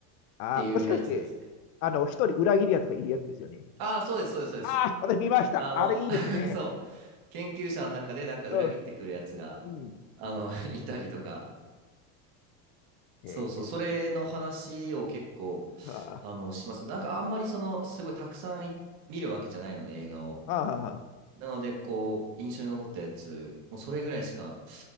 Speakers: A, on the left; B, on the right.
A: あー、
B: ていうやつですね。
A: もしかして、あの、一人裏切るやつがいるやつですよね。
B: ああ、そうです、そうです、そうです。
A: ああ私見ました。
B: あの、
A: あれいいですね。
B: <laughs> そう。研究者の中でなんか裏切ってくるやつが、
A: うん。うん。
B: あの、<laughs> いたりとか。
A: え
B: そうそう、それの話を結構、
A: ー、あー、
B: あの、します。なんかあんまりその、すごいたくさんい見るわけじゃないので、映画を。
A: あー、あ
B: なので、こう、印象に残ったやつ、もうそれぐらいしか